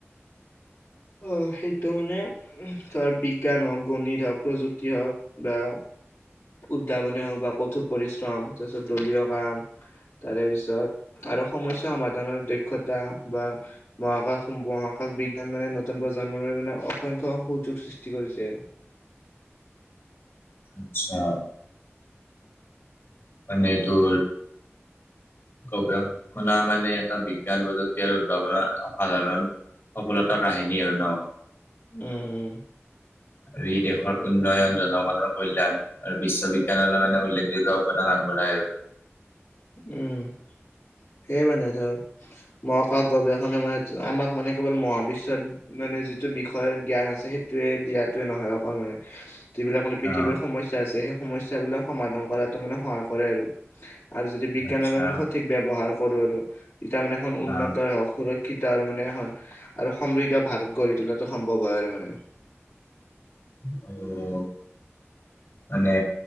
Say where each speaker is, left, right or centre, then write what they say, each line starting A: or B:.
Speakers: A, on the left; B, on the left.
A: অ'হ, সেইটো মানে ধৰ বিজ্ঞান হওক, গণিত হওক, প্ৰযুক্তি হওক বা উদ্ভাৱনে হওক বা কঠোৰ পৰিশ্ৰম তাৰপিছত দলীয় কাম তাৰে পিছত আৰু সমস্যা সমাধানৰ দক্ষতা বা মহাকাশ, মহাকাশ বিজ্ঞান মানে নতুন প্ৰজন্ম লৈ মানে অসংখ্য সুযোগ সৃষ্টি কৰিছে।
B: আচ্ছা। মানে তোৰ গৱেষণা মানে এটা বিজ্ঞান প্ৰযুক্তি আৰু উদ্ভাৱনৰ অসাধাৰণ সফলতাৰ কাহিনী আৰু ন।
A: উম' উম'
B: আৰু ই দেশৰ উন্নয়ন, জনগণৰ কল্যাণ আৰু বিশ্ববিজ্ঞানলৈ মানে উল্লেখযোগ্য অৱদান আগবঢ়ায় আৰু।
A: উম' সেই মানে ধৰ, মহাকাশ গৱেষণে মানে আমাক মানে কেৱল মহাবিশ্বৰ মানে যিটো বিষয়ে জ্ঞান আছে, সেইটোৱে দিয়াটোৱে নহয় অকল মানে। যিবিলাক মানে পৃথিৱীৰ
B: অ',
A: সমস্যা আছে সেই সমস্যাাবিলাক সমাধান কৰাতো মানে সহায় কৰে আৰু। আৰু যদি বিজ্ঞানৰো
B: আচ্ছা
A: আমি সঠিক ব্যৱহাৰ কৰো আৰু তেতিয়া আমাৰ এখন উন্নত
B: অ',
A: হওক সুৰক্ষ কিটা আৰু মানে এখন আৰু সমৃদ্ধ ভাৰত গঢ়ি তোলাটো সম্ভৱ হয় আৰু মানে।
B: অ মানে